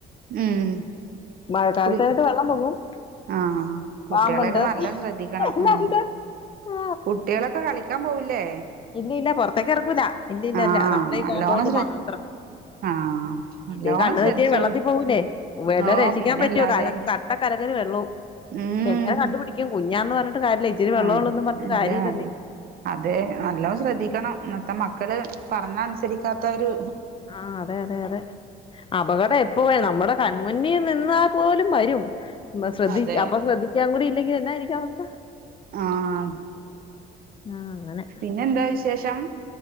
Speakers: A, on the right; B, on the left.
A: ഉം
B: മഴക്കാലത്തായിട്ട്
A: കുളി
B: വെ ള്ളം പൊങ്ങും
A: ആഹ് കുട്ട്യേളെയെക്കെ
B: പാമ്പുണ്ട്
A: നല്ലം ശ്രദ്ധിക്കണം
B: എല്ലാണ്ട്
A: അയന്നെ
B: ആ
A: കുട്ടികളൊക്കെ കളി ക്കാംപോവൂലേ
B: ഇല്യ ഇല്ല പൊറത്തേക്ക് എറക്കൂല ഇല്യ ഇല്ലല്ല
A: ആഹ്
B: നമ്മളെ ഈ
A: നല്ലോണം
B: കോമ്പൗണ്ട്
A: ശ്ര
B: മാത്രം
A: ആഹ് നല്ലോണം
B: ഇതേ കണ്ണ്
A: ശ്രദ്ധിച്ചോളൂ
B: തെറ്റിയാ വെള്ളത്തി പോവൂലേ വെല്ലോം
A: ഓ
B: രക്ഷിക്കാംപറ്റുവോ
A: പിന്നല്ലാതെ
B: കാലക്കാ ആഹ് തലകറി വെള്ളും
A: ഉം
B: എങ്ങനെ കണ്ടുപിടിക്കും കുഞ്ഞാന്ന് പർണ് ട്ട് കാര്യല്ല ഇച്ചിരി വെള്ളം
A: അതെ
B: ഒള്ളാെന്ന് പർണ് ട്ട്
A: ഇല്ല
B: കാര്യവില്ലെന്നെ
A: അല്ല അതെ നല്ലോം ശ്രദ്ധിക്കണം ഇന്നത്തെ മക്കള് പർണാ അൻസെരിക്കാത്ത ഒര്
B: ആഹ് അതെ അതെ അതെ അപകടം എപ്പോവേ നമ്മടെ കൺമുന്നിൽ നിന്നാപോലും വരും ഇമ്പ ശ്രദ്ധിച്ച്
A: അതെ
B: അപ്പൊ ശ്രദ്ധിക്കാൻ കൂടി ഇല്ലെങ്കില് എന്നായിരിക്കും അവസ്ഥ
A: ആഹ്
B: ആഹ് അങ്ങനെ
A: ഇന്നെന്താ വിശേഷം